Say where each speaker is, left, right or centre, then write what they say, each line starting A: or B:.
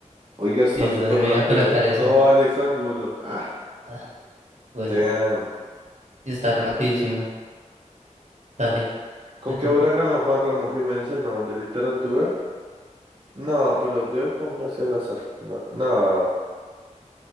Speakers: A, on the right; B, on the right.
A: Oiga, está
B: Sí,
A: súper
B: yo también me
A: rápido
B: iba a colocar
A: eso.
B: esa.
A: No, Alex Angulo. Ah,
B: Ah, Bueno,
A: damn.
B: sí está rapidísima. Dale,
A: ¿Con
B: te
A: qué
B: toca.
A: obra ganó Juan Ramón Jiménez el Nobel de Literatura? No, pero yo pongo así al azar. No, no,